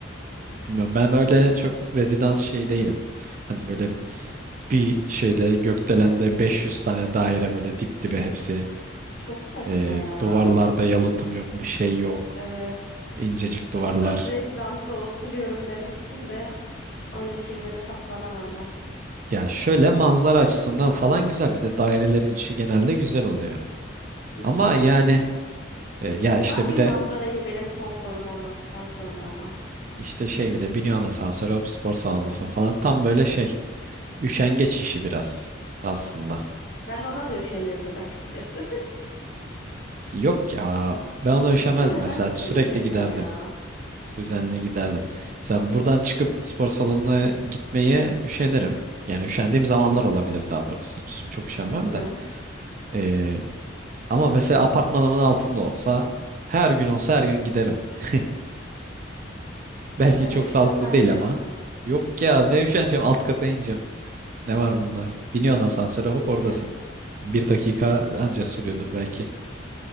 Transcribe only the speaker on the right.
Bilmiyorum ben böyle çok rezidans şey değilim. Hani böyle bir şeyde gökdelende 500 tane daire böyle dip dibe hepsi.
Eee,
duvarlarda yalıtım yok bir şey yok.
İncecik duvarlar.
Ya şöyle manzara açısından falan güzel. Bir de dairelerin içi genelde güzel oluyor.
Ama
yani e, ya
işte
bir de
işte şey bir de biniyorsun asansöre hop spor salonundasın falan. Tam böyle şey üşengeç işi biraz aslında.
Yok ya ben ona
üşemezdim
mesela
sürekli
giderdim.
Düzenli giderdim. Mesela buradan çıkıp spor salonuna gitmeye üşenirim. Yani üşendiğim zamanlar olabilir daha doğrusu. Ç- Çok üşenmem
de. E, ama mesela apartmanımın altında olsa her gün olsa her gün giderim. <laughs> Belki
çok
sağlıklı değil
ama. Yok ya ne üşeneceğim alt kata ineceğim. Ne var bunda? Biniyorsun asansöre hop
oradasın. Bir dakika anca sürüyordur belki.